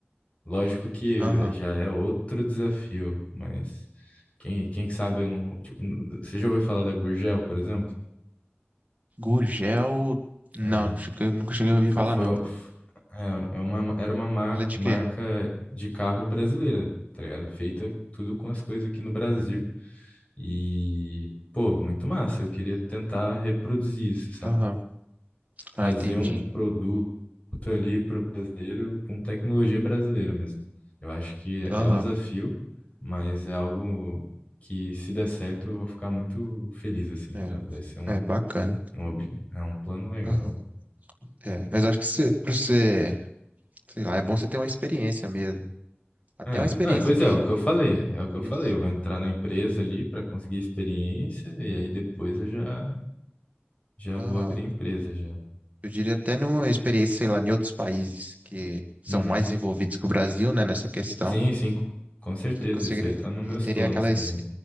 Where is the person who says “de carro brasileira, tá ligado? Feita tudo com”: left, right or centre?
Left